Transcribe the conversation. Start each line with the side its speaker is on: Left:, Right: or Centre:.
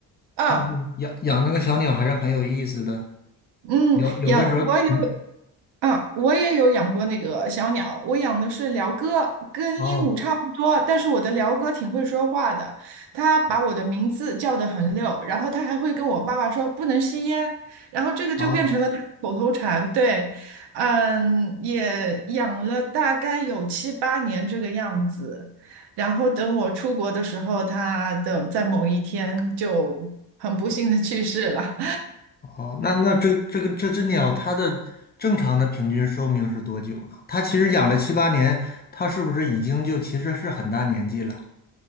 Right: 啊，
Left: 但是养养那个小鸟还是很有意思的，
Right: 嗯，
Left: 有有的时候，
Right: 养我有。
Left: 嗯，
Right: 嗯，我也有养过那个小鸟，我养的是鹩哥，跟鹦鹉差不多，
Left: 哦
Right: 但是我的鹩哥挺会说话的，它把我的名字叫得很溜，然后它还会跟我爸爸说不能吸烟，然后这个就变成了它的口头禅。
Left: 哦。
Right: 对，嗯，也养了大概有七八年这个样子，然后等我出国的时候，它的在某一天就很不幸的去世了。
Left: 哦，那那这这个这只鸟，它的正常的平均寿命是多久呢？它其实养了七八年，它是不是已经就其实是很大年纪了？